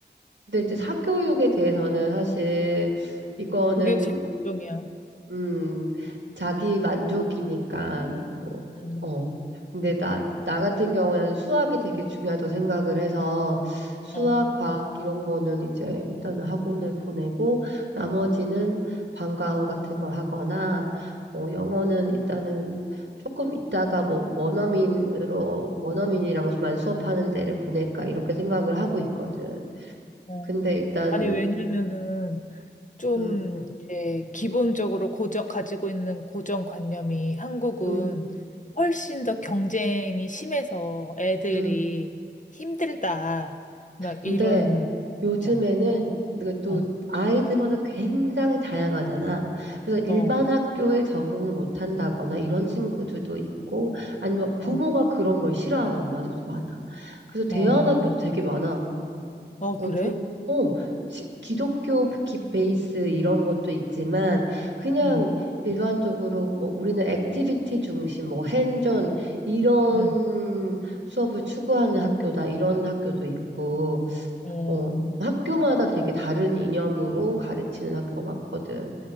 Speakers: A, on the right (about 80°); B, on the left (about 40°).
A: 근데 이제 사교육에 대해서는 사실 이거는
B: 그게 제일 걱정이야.
A: 음, 자기 만족이니까, 뭐,
B: 음,
A: 어. 근데 나, 나 같은 경우에는 수학이 되게 중요하다고 생각을 해서 수학,
B: 어,
A: 과학 이런 거는 이제 일단은 학원을 보내고 나머지는 방과 후 같은 걸 하거나 어, 영어는 일단은 조금 있다가 뭐 원어민으로, 원어민이랑만 수업하는 데를 보낼까 이렇게 생각을 하고 있거든.
B: 어.
A: 근데 일단,
B: 아니, 왜냐면은, 좀,
A: 음,
B: 이제, 기본적으로 고정, 가지고 있는 고정관념이 한국은
A: 음,
B: 훨씬 더 경쟁이 심해서 애들이
A: 음.
B: 힘들다. 막
A: 근데
B: 이런,
A: 요즘에는
B: 있잖아.
A: 이게 또
B: 어,
A: 아이들마다 굉장히 다양하잖아. 그래서 일반
B: 어,
A: 학교에 적응을 못 한다거나 이런 친구들도 있고 아니면 부모가
B: 어.
A: 그런 걸 싫어하는 엄마들도 많아. 그래서 대안학교도
B: 어,
A: 되게 많아.
B: 아,
A: 뭐
B: 그래?
A: 좀, 어, 지- 기독교 기- 베이스 이런 것도 있지만 그냥
B: 응,
A: 일반적으로 뭐 우리는 액티비티 중심, 뭐 핸전 이런
B: 응,
A: 수업을 추구하는 학교다 이런 학교도 있고
B: 어,
A: 어, 학교마다 되게 다른 이념으로 가르치는 학교가 많거든.